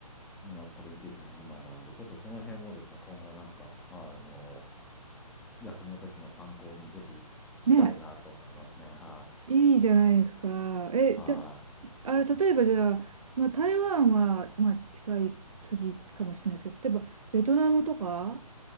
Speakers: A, in the centre; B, on the right.
A: 全く行けずじまいなので、ちょっとその辺もですね、今後なんか、あの、休みの時の参考にぜひしたいなと思いますね。
B: ね、
A: は
B: いいじゃないですか。え、
A: い。はい。
B: じゃあ、あれ、例えばじゃあ、まあ、台湾は、まあ、近い次かもしれないですけど、例えば、ベトナムとか、